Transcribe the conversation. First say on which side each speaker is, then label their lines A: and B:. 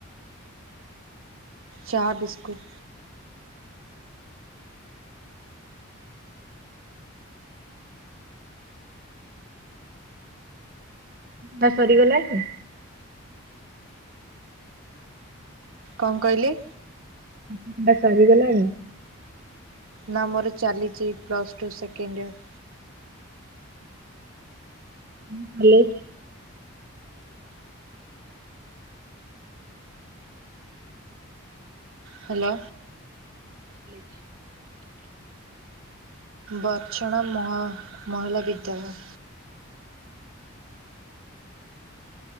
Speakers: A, on the right; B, on the right.
A: ଚାହା ବିସ୍କୁଟ୍।
B: ବା ସରିଗଲା କି?
A: କଣ କହିଲେ?
B: ଅହ ଏଟା ସରିଗଲାଣି?
A: ନା ମୋର ଚାଲିଚି ପ୍ଲସ୍ ଟୁ ସେକେଣ୍ଡ ଇୟର୍।
B: ଉଁ କଲେଜ୍
A: ହାଲୋ। ବଡ଼ଚଣା ମହା ମହିଲା ବିଦ୍ୟାଲୟ।